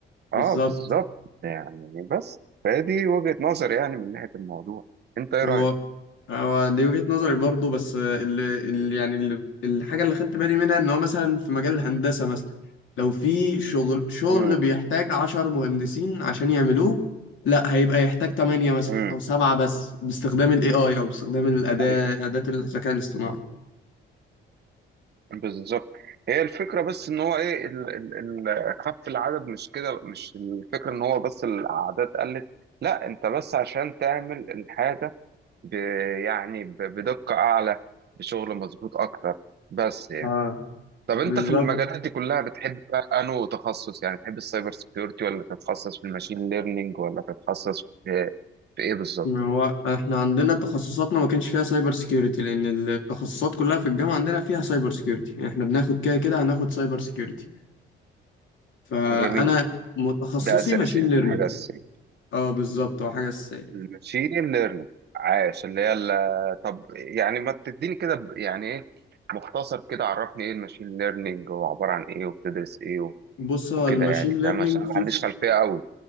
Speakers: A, on the left; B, on the right.
A: بالظبط
B: اه بالظبط يعني بس فدي وجهة نظري يعني من ناحية الموضوع انت ايه
A: هو
B: رأيك
A: هو دي وجهة نظري برضو بس اللي, اللي يعني اللي الحاجة اللي خدت بالي منها ان هو مثلا في مجال الهندسة مثلا لو في شغل شغل
B: امم
A: بيحتاج عشر مهندسين عشان يعملوه لا هيبقى يحتاج تمانية مثلا
B: امم
A: او سبعة بس باستخدام ال AI او باستخدام الأداة
B: ايوه
A: أداة الذكاء الاصطناعي
B: بالظبط هي الفكرة بس ان هو ايه ال ال ال خف العدد مش كده مش الفكرة ان هو بس الاعداد قلت لا انت بس عشان تعمل الحاجة ب يعني ب- بدقة اعلى بشغل مظبوط اكتر بس
A: آه
B: طب انت
A: بالظبط
B: في المجالات دي كلها بتحب بقى انو تخصص يعني تحب السايبر سيكيورتي ولا تتخصص في الماشين ليرنينج ولا تتخصص في في ايه بالظبط
A: ما هو احنا عندنا تخصصاتنا ما كانش فيها سايبر سيكيورتي لان التخصصات كلها في الجامعة عندنا فيها سايبر سيكيورتي يعني احنا بناخد كده كده هناخد سايبر سيكيورتي فانا
B: جميل
A: متخصصي
B: ده اساسي
A: ماشين
B: يعني
A: ليرنينج
B: حاجه اساسيه
A: اه بالظبط هو حاجه اساسيه
B: الماشين ليرنينج عاش اللي هي ال- طب يعني ما تديني كده ب- يعني ايه مختصر كده عرفني ايه الماشين ليرنينج وعباره عن ايه وبتدرس ايه و-
A: بص هو
B: وكده
A: الماشين
B: يعني
A: ليرنينج
B: فاهم عشان أنا
A: فيه
B: ما عنديش خلفيه قوي